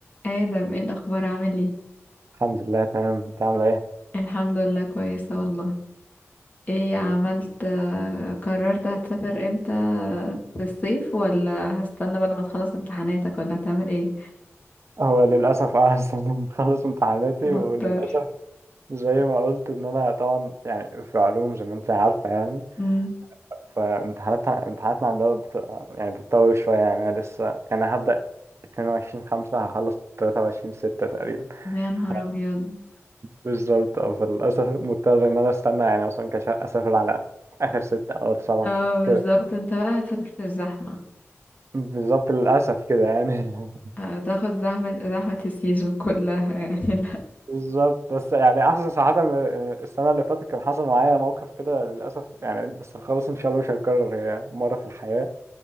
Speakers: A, on the left (about 35°); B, on the right (about 65°).
A: آدم ايه الأخبار عامل ايه؟
B: الحمد لله تمام انت عامل ايه
A: الحمد لله كويسة والله ايه عملت آه، قررت هتسافر امتى في الصيف ولا هستنى بقى لما تخلص امتحاناتك ولا هتعمل ايه؟
B: هو للاسف اه <laughs> لسه انا مخلص امتحاناتي
A: مضطر
B: وللاسف زي ما قلت ان انا طبعا يعني في علوم زي ما انت عارفه يعني
A: امم
B: فامتحاناتها امتحاناتنا عندنا بت... يعني بتطول شويه يعني انا لسه يعني هبدا 22 5 هخلص 23 6 تقريبا
A: يا
B: <laughs>
A: نهار
B: ف-
A: ابيض
B: بالظبط اه فللاسف مضطر ان انا استنى يعني اصلا كش اسافر على اخر 6 او 7
A: اه بالظبط
B: كده
A: انت بقى هتسافر في الزحمة
B: بالظبط للاسف كده يعني <laughs>
A: هتاخد زحمة زحمة السيزون كلها <laughs> يعني لا
B: بالظبط بس يعني احسن صراحة من- السنة اللي فاتت كان حصل معايا موقف كده للأسف يعني بس خلاص ان شاء الله مش هيتكرر هي مرة في الحياة